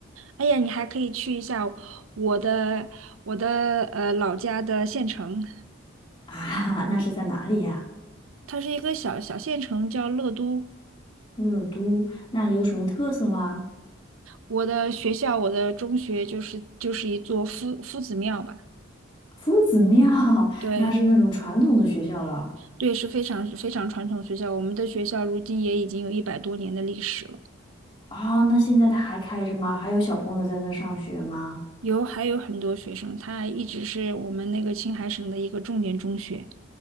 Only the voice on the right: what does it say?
哎呀，你还可以去一下我的我的呃老家的县城，
它是一个小小县城，叫乐都。
我的学校，我的中学就是就是一座夫夫子庙吧，
对。
对，是非常非常传统的学校。我们的学校如今也已经有一百多年的历史了，
有还有很多学生，他一直是我们那个青海省的一个重点中学。